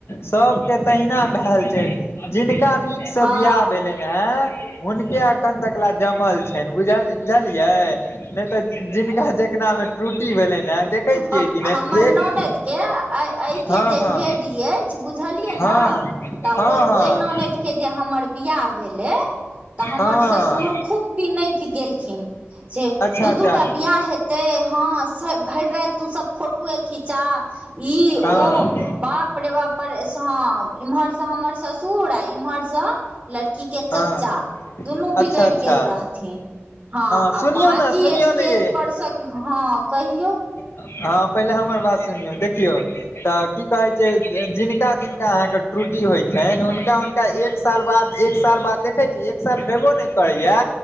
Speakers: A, on the left; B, on the right.
A: सब के तहिना भेल छेन जिनका नीकसँ
B: हँ
A: बियाह भेलेन ऐं हुनके अखन तक ल जमल छनि बुझ बुझलियै नहि तऽ जिनका जकनामे त्रुटि भेलेन है देखै छियै
B: हम
A: कि
B: हमर
A: नहि एक
B: ननद के ऐ ऐ के
A: हँ
B: जे
A: हँ
B: हेड अछि बुझलियै
A: हँ
B: ने
A: हँ
B: तऽ ओहि
A: हँ
B: ओहि ननद के जे हमर बियाह भेलै तऽ हमर
A: हँ हँ
B: ससुर खूब पिनैक गेलखिन से
A: अच्छा
B: दू
A: अच्छा
B: दू टा बियाह हे ते हँ भरि राति तू सब फोटोए खीचा इ
A: हँ
B: ओ बाप रे बाप रे बाप परेशान इम्हर से हमर ससुर आ इम्हर लड़की के चच्चा
A: हँ
B: दुनू
A: अच्छा
B: बिगैड़
A: अच्छा
B: गेल रहथिन हँ
A: सुनियौ
B: आ बाकी
A: ने सुनियौ
B: स्टेज
A: ने यै
B: पर से हँ कहियौ
A: हँ पहिले हमर बात सुनियौ देखियौ तऽ की कहैत छै जिनका जिनका अहाँके त्रुटि होइ छनि हुनका हुनका एक एक साल बाद एक साल बाद देखै छी एक साल भेबो नहि करैया